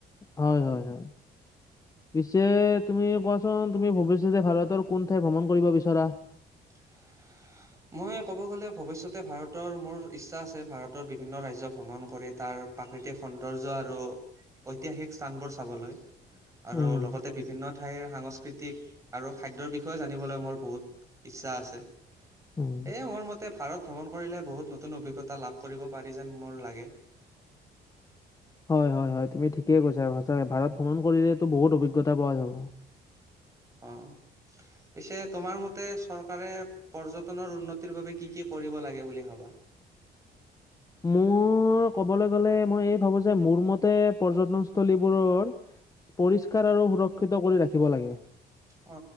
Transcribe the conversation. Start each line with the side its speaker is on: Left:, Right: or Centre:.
Left: হয়-হয়-হয়। পিছে তুমি কোৱাচোন তুমি ভৱিষ্যতে ভাৰতৰ কোন ঠাই ভ্ৰমণ কৰিব বিচৰা?
Right: <unintelligible> মই ক'ব গ'লে ভৱিষ্যতে ভাৰতৰ মোৰ ইচ্ছা আছে ভাৰতৰ বিভিন্ন ৰাজ্য ভ্ৰমণ কৰি তাৰ প্ৰাকৃতিক সৌন্দৰ্য আৰু ঐতিহাসিক স্থানবোৰ চাবলৈ। আৰু
Left: উম
Right: লগতে বিভিন্ন ঠাইৰ সাংস্কৃতিক আৰু খাদ্যৰ বিষয়ে জানিবলৈ মোৰ বহুত ইচ্ছা আছে।
Left: উম।
Right: এ মোৰ মতে ভাৰত ভ্ৰমণ কৰিলে বহুত নতুন অভিজ্ঞতা লাভ কৰিব পাৰি যেন মোৰ লাগে। <inaudible>
Left: হয়-হয়-হয়, তুমি ঠিকেই কৈছা। সঁচাকে ভাৰত ভ্ৰমণ কৰিলেতো বহুত অভিজ্ঞতা পোৱা যাব।
Right: অ, পিছে তোমাৰ মতে চৰকাৰে পৰ্যটনৰ উন্নতি ৰ বাবে কি কি কৰিব লাগে বুলি ভাৱা?
Left: মোৰ ক'বলৈ গ'লে মই এই ভাবো যে মোৰ মতে পৰ্যটন স্থলীবোৰৰ পৰিষ্কাৰ আৰু সুৰক্ষিত কৰি ৰাখিব লাগে।
Right: অ